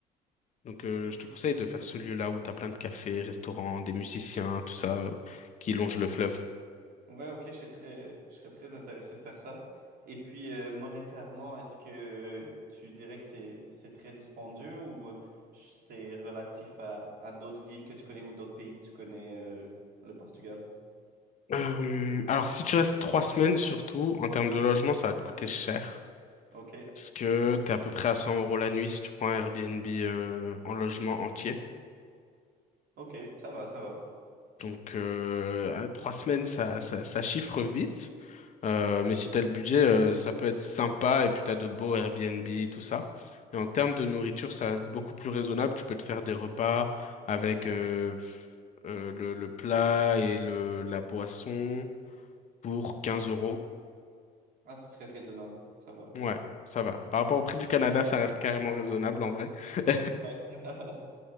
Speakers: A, on the left; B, on the right.
A: Donc euh, je
B: Oui.
A: te conseille de faire ce lieu-là où t'as plein de cafés, restaurants, des musiciens, tout ça euh, qui longe le fleuve.
B: Ouais, ok, je serais très, je serais très intéressé de faire ça. Et puis, euh, monétairement, est-ce que tu dirais que c'est, c'est très dispendieux ou c'est relatif à, à d'autres villes que tu connais ou d'autres pays que tu connais, euh, le Portugal?
A: Euh, alors si tu restes trois semaines surtout, en termes de logement, ça va te coûter cher.
B: Ok,
A: Parce que t'es à peu près à 100 euros la nuit si tu prends un Airbnb euh, en logement entier.
B: ok, ça va, ça va.
A: Donc, euh, à trois semaines, ça, ça, ça chiffre vite. Euh, mais si t'as le budget, euh, ça peut être sympa. Et puis, t'as de beaux Airbnb, tout ça. Et en termes de nourriture, ça reste beaucoup plus raisonnable. Tu peux te faire des repas avec euh, euh, le, le plat et le, la boisson pour 15 euros.
B: Ah, c'est très raisonnable, ça va.
A: Ouais, ça va. Par rapport au prix du Canada, ça reste carrément raisonnable en vrai. <laughs>
B: Ouais. <laughs>